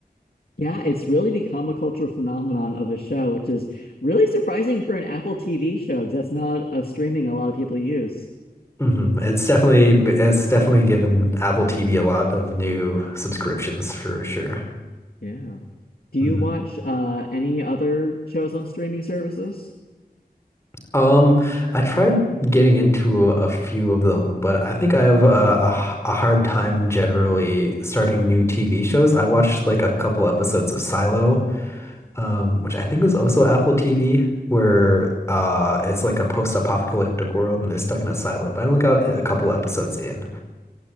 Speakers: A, on the left; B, on the left.
A: Yeah, it's really become a cultural phenomenon of a show, which is really surprising for an Apple TV show because that's not a streaming a lot of people use.
B: hmm It's definitely it's definitely given Apple TV a lot of new subscriptions for sure.
A: Yeah. Do you
B: hmm
A: watch uh, any other shows on streaming services?
B: Um, I tried getting into a, a few of them, but I think I have a a a hard time generally starting new TV shows. I watched like a couple episodes of Silo um, which I think is also Apple TV, where uh, it's like a post-apocalyptic world and they're stuck in a silo. But I only got a couple episodes in.